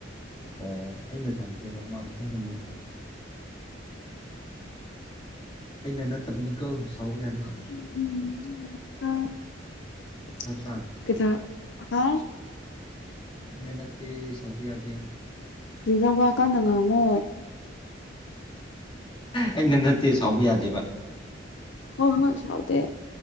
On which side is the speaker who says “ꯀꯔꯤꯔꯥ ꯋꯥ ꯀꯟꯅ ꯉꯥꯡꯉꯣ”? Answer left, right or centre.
Left